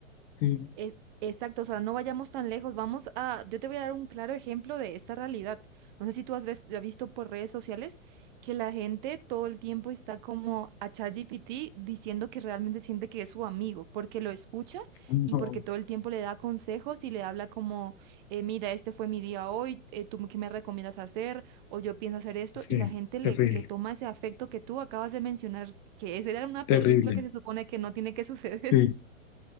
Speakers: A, on the left; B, on the right.
A: Sí,
B: E- Exacto, o sea, no vayamos tan lejos. Vamos a, yo te voy a dar un claro ejemplo de esta realidad. No sé si tú has, ves- has visto por redes sociales que la gente todo el tiempo está como a ChatGPT diciendo que realmente siente que es su amigo, porque lo escucha
A: no,
B: y porque todo el tiempo le da consejos y le habla como, eh, mira, este fue mi día hoy, eh, ¿tú qué me recomiendas hacer? O yo pienso hacer esto.
A: sí,
B: Y la gente le,
A: terrible,
B: le toma ese afecto que tú acabas de mencionar, que esa era una película
A: terrible.
B: que se supone que no tiene que suceder.
A: Sí.
B: <laughs>